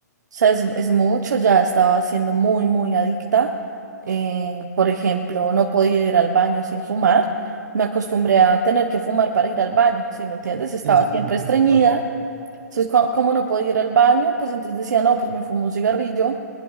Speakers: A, on the right; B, on the right.
A: O sea, es, es mucho, ya estaba siendo muy, muy adicta. Eh, por ejemplo, no podía ir al baño sin fumar. Me acostumbré a tener que fumar para ir al baño, ¿sí me entiendes? Estaba
B: Sí, sí,
A: siempre
B: sí, por
A: estreñida.
B: supuesto.
A: Entonces, cua- como no podía ir al baño, pues entonces decía, no, pues me fumo un cigarrillo.